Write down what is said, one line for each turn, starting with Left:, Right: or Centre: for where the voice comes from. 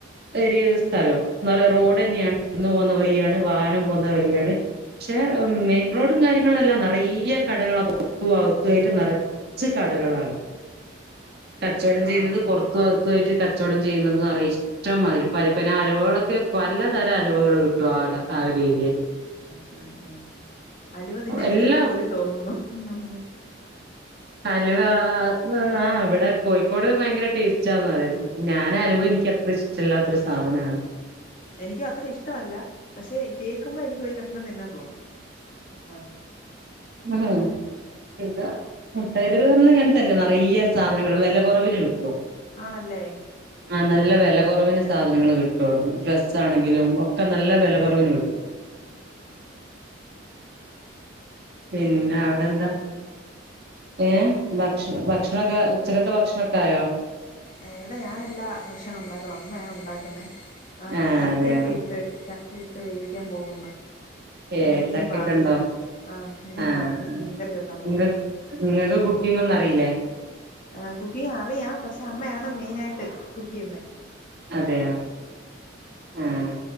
Right: ഒരു സ്ഥലം നറേ റോഡ്
Left: ആഹ്
Right: തന്നെയാണ് ന്ന് പോകുന്ന വയ്യാണ് വാഹനം പോകുന്ന വയ്യാണ് പക്ഷെ മെയിൻ റോഡും കാര്യങ്ങളും എല്ലാം റയെ കടകൾ പോരത്തും അഗത്തു ആയിട്ട് നിറച്ച് കടകളാണ് കച്ചവടം ചെയ്യുന്നത്
Left: ആഹ്
Right: പുറത്തു അ ത്തുആയിട്ട് കച്ചവടം ചെയ്യുന്നുന്നത് നറേ ഇഷ്ടംമാതിരി പൽപലാ അലുവകളൊക്കെ പലതരം അലുവകൾ കിട്ടും ആടെ ആ ഒരു ഏരിയേന്ന്
Left: ഉം ഉം ഉം അലുവ തിന്നൻ
Right: എല്ലാം
Left: എനിക്ക് കൊതി തോന്നുന്നു ഉം
Right: അലുവ ആ ആ അവിടെ കോഴിക്കോട് ഭയങ്കര ടേസ്റ്റാന്ന് പറയും ഞാന് അലുവ എനിക്കത്ര ഇഷ്ട റ്റല്ലാത്തൊരു സാധനമാണ്
Left: എനിക്കും അത്ര ഇഷ്ടമല്ല പക്ഷെ കേൾക്കുമ്പോ എനിക്ക് ഒരു കഷ്ണം തിന്നാൻ തോന്നും ആ
Right: ആ ഇവ്ടെ മുട്ടായ്തെരുവിൽ വന്ന ഇങ്ങനെ തന്നെ നിറയ സാധനങ്ങൾ വെലകൊറവില് കിട്ടും
Left: ആണല്ലേ
Right: ആഹ നല്ല വില കുറവിന് സാധനങ്ങൾ കിട്ടും ഡ്രസ് ആണെങ്കിലും ഒക്കെ നല്ല വിലകുറവിന് കിട്ടും പിന്നെ അവിടെ
Left: കാര്യം
Right: എന്താ ഏ ഭക്ഷ ഭക്ഷണൊക്കെ ഉച്ചകത്തെ ഭക്ഷണൊക്കെ ആയോ
Left: ആ ഇവിടെ ഞാനല്ലാ ഭക്ഷണം ഉണ്ടാക്കുന്നേ അമ്മയാ ഉണ്ടാക്കുന്നേ ആഹ്
Right: ആ
Left: ചക്ക
Right: അതെയോ
Left: ഒക്കെ ഇട്ട് ചക്ക ഇട്ട് വേവിക്കാൻ പോകുന്നു
Right: ഏ
Left: പിന്നെ മീൻ
Right: ചക്കക്കെണ്ടോ
Left: വാങ്ങി ആ മീൻ
Right: ആഹ്
Left: വാങ്ങി മീൻകറി വെക്കാൻ
Right: നിങ്ങ
Left: പോന്ന്
Right: നിങ്ങൾക്ക് കുക്കിംഗ്‌ ഒന്നും അറിയില്ലേ
Left: ആ കുക്കിങ്ങ് അറിയാം പക്ഷെ അമ്മയാണ് മെയിൻ ആയിട്ട് കുക്ക് ചെയ്യുന്നെ
Right: അതെയാ ആഹ്